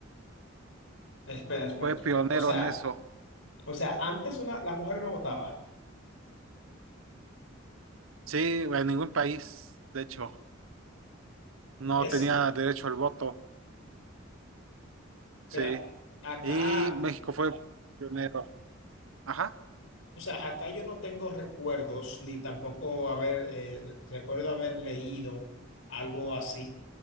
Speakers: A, on the left; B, on the right.
A: espera, espera,
B: Fue
A: espera.
B: pionero
A: O sea,
B: en eso.
A: o sea, antes una, la mujer no votaba.
B: Sí, en ningún país, de hecho, no
A: Es
B: tenía
A: cierto.
B: derecho al voto. Sí.
A: Mira, acá,
B: Y México fue pionero. Ajá.
A: o sea, acá yo no tengo recuerdos, ni tampoco haber, eh, recuerdo haber leído algo así.